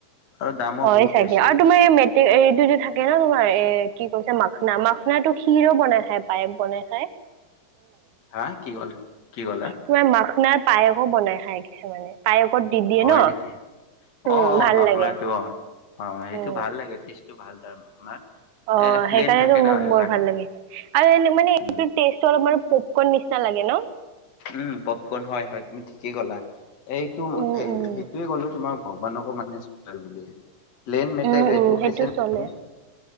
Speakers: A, on the left; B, on the right.
A: আৰু দামো
B: হয়
A: বহুত
B: চাগে
A: বেছি।
B: আৰু তোমাৰ এই মেট্ৰিক এইটো যে থাকে ন তোমাৰ, এ কি কৈছা মাখনা-মাখনাটো খিৰো বনাই খায়, পায়স বনাই খায়
A: হা কি ক'ল, কি ক'লা?
B: তোমাৰ মাখনাৰ পায়সো বনাই খায় কিছুমানে পায়সত দি দিয়ে
A: হয়
B: ন
A: নেকি,
B: উম
A: অ' অ'
B: ভাল
A: মাখনাটো
B: লাগে
A: অ', অ' সেইটো
B: উম
A: ভাল লাগে টেষ্ট সেইটো ভাল <unintelligible>
B: অ',
A: এ প্লেন
B: সেইকাৰনেইটো
A: থাকে
B: মোক
A: ন সেইকাৰণে
B: বৰ ভাল লাগে, আৰু মানে এনে মানে এটো
A: উম
B: টেষ্টটো অলপমান পপকণ নিচিনা লাগে ন?
A: উম পপকৰ্ন হয় হয়, তুমি ঠিকেই ক'লা, এইটো
B: উম
A: সেইটোয়ে
B: উম
A: ক'লো তোমাৰ ভগৱানকো মানে <unintelligible> প্লেন মেটে
B: উম
A: এইটো
B: উম সেইটো
A: খাইছা ন
B: চলে